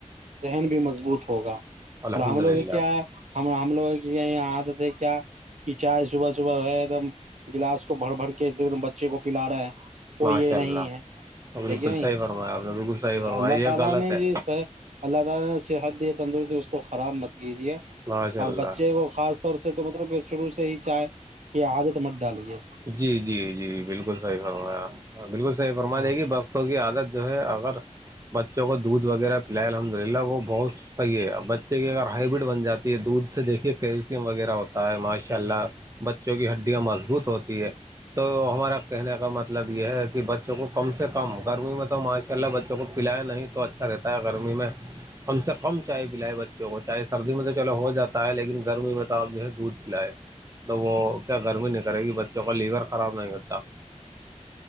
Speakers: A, on the right; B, on the right.
A: ذہن بھی مضبوط ہوگا
B: الحمد
A: اور ہم لوگ
B: للہ
A: کیا ہے ہم ہم لوگ کی آادت ہے کیا کی چائے صبح صبح ہے ایک دم گلاس کو بھر بھر کے ایک دم بچے کو پلا رہا ہے کوئی
B: ماشاء
A: یہ نہیں
B: اللہ
A: ہے
B: بالکل صحیح فرمایا آپ نے بالکل صحیح فرمایا
A: اللہ
B: یہ
A: تعالی
B: غلط
A: نے
B: ہے
A: بھی اللہ تعالی نے صحت دی تندرستی اس کو خراب مت کیجے
B: ماشاء
A: اور
B: اللہ
A: بچے کو خاص سے تو مطلب شروع سے ہی چاہ کہ عادت مت ڈالی ہے
B: جی جی جی بالکل صحیح فرمایا بالکل صحیح فرما
A: ہاں
B: دے گی بس بوں کی عادت جو ہے اگر بچوں کو دودھ وغیرہ پلائے الحمد للہ وہ بہت پی ہے بچے کی اگر ہائبرڈ بن جاتی ہے دودھ سے دیکھیے کیلشم وغیرہ ہوتا ہے ماشاء اللہ بچوں کی ہڈیاں مضبوط ہوتی ہے تو ہمارا کہنے کا مطلب یہ ہے کہ بچوں کو کم سے کم گرمی میں تو ماشاء اللہ بچوں کو پلیا نہیں تو اچھا رہتا ہے گرمی میں ہم سب ہم چائے پلائے بچ چاہے سردی میں تو چلو ہو جاتا ہے لیکن گرمی میں تو آپ جو ہے دودھ پلائے تو وہ کیا گرمی نہیں کرے گی بچوں کا لیور خراب نہیں ہوتا